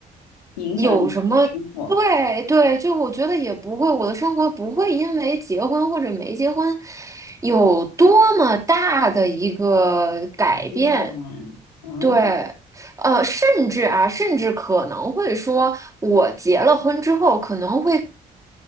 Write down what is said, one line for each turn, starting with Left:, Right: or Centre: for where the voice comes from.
Left: 影响你的生活
Right: 有什么？对对，就我觉得也不会，我的生活不会因为结婚或者没结婚有多么大的一个改变。
Left: 改变。嗯，
Right: 对，呃，甚至啊，甚至可能会说，我结了婚之后可能会